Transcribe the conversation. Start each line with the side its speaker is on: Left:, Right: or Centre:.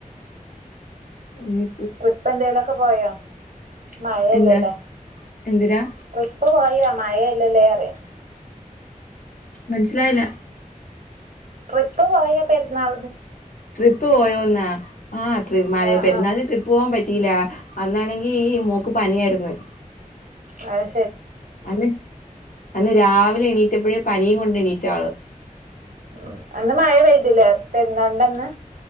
Left: എനി
Right: ട്രിപ്പെന്തേലൊക്കെ പോയോ? വ മഴയല്ലേല്ലേ
Left: എന്താ എന്തിരാ
Right: ട്രിപ്പ് പോയോ? മയ അല്ലല്ലേ അറിയാം
Left: മനസിലായില്ല
Right: ട്രിപ്പ് പോയോ പെരുന്നാൾ
Left: ട്രിപ്പ് പോയോന്നാ ആ ട്രി മഴയാ
Right: ആഹ്
Left: പെരുന്നാളിന്
Right: ആഹ്
Left: ട്രിപ്പ് പോവാൻ പറ്റിയില്ല. അന്നാണെങ്ക ഈ മോക്ക് പനിയാരിന്ന്
Right: അയ്
Left: അന്ന് അന്ന് രാവിലെ എണീറ്റപ്പഴേ പനിയും കൊണ്ട് എണീറ്റാള്
Right: ഉ അന്ന് മഴ പെയ്തില്ലേ പെരുന്നാൾൻ്റന്ന്